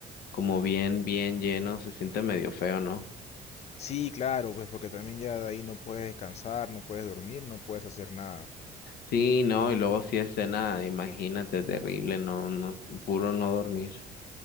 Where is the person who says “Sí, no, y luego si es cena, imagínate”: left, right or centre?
Left